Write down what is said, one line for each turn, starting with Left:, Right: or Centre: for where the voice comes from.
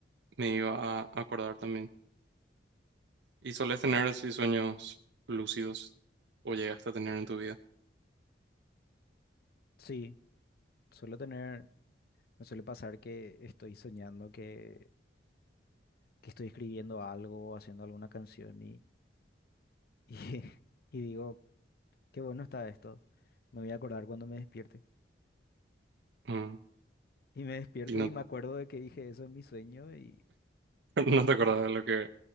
Right: me iba a acordar también. ¿Y solés tener así sueños lúcidos o llegaste a tener en tu vida?
Left: Sí, suelo tener, me suele pasar que estoy soñando, que, que estoy escribiendo algo, haciendo alguna canción y, y, <laughs> y digo, qué bueno está esto, me voy a acordar cuando me despierte.
Right: Mm,
Left: Y me despierto
Right: Y no,
Left: y me acuerdo de que dije eso en mi sueño y
Right: <laughs> no te acordás de lo que